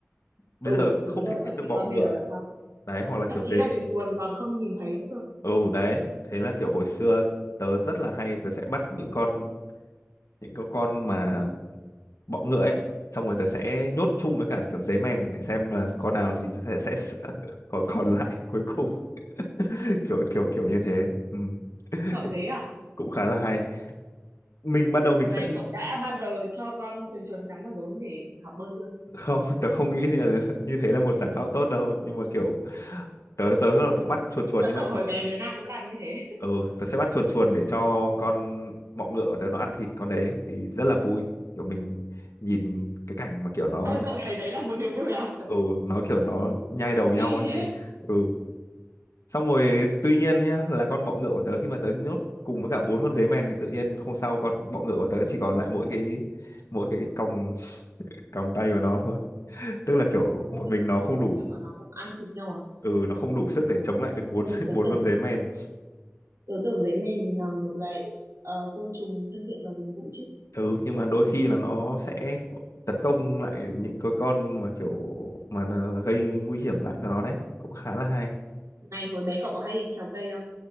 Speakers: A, on the left (about 85°); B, on the right (about 85°).
A: bây
B: ừ
A: giờ không
B: đúng rồi
A: thể kiếm
B: bọn
A: được
B: trẻ
A: bọ
B: con
A: ngựa
B: bây giờ làm sao
A: đấy hoặc là kiểu
B: thậm chí
A: dế
B: là
A: mèn
B: chuồn chuồn còn không nhìn thấy nữa cơ
A: ừ đấy thế là kiểu hồi xưa tớ rất là hay tớ sẽ bắt những con những cái con mà bọ ngựa ấy xong rồi tớ sẽ nhốt chung với cả kiểu dế mèn để xem là con nào thì tớ sẽ sẽ <laughs> còn còn lại cuối cùng <laughs> kiểu kiểu kiểu như thế ừ. <laughs>
B: sợ
A: cũng
B: dế à
A: cũng khá là hay mình ban đầu mình
B: này
A: sẽ nghĩ-
B: cậu đã bao giờ cho con chuồn chuồn cắn vào rốn để học bơi chưa
A: không <laughs> tớ không nghĩ thì là <laughs> như thế là một giải pháp tốt đâu nhưng mà kiểu tớ tớ là cũng bắt chuồn chuồn
B: tớ
A: nhưng mà
B: tưởng hồi
A: tớ
B: bé đứa nào cũng làm như thế
A: ừ, tớ sẽ bắt chuồn chuồn để cho con bọ ngựa của tớ nó ăn thịt con đấy thì rất là vui kiểu mình nhìn cái cảnh mà kiểu nó
B: ôi cậu thấy đấy là một niềm vui à
A: ừ nó kiểu nó nhai đầu nhau
B: phi
A: ấy
B: thế
A: thì ừ xong rồi tuy nhiên nhá là con bọ ngựa của tớ khi mà tớ nhốt cùng với cả bốn con dế mèn thì tự nhiên hôm sau con bọ ngựa của tớ chỉ còn lại mỗi cái mỗi cái còng <laughs> còng tay của nó thôi tức là kiểu
B: ôi
A: một mình nó không đủ
B: em bọn nó cũng ăn thịt nhau à
A: ừ nó không đủ sức để chống lại được
B: ôi
A: bốn <laughs>
B: tớ
A: bốn
B: tưởng
A: con dế men
B: tớ tưởng dế mèn là một loại ờ, côn trùng thân thiện và gần gũi chứ
A: ừ nhưng mà đôi khi là nó sẽ tấn công lại những cái con mà kiểu mà nó gây nguy hiểm lại cho nó đấy cũng khá là hay
B: này hồi bé cậu có hay trèo cây không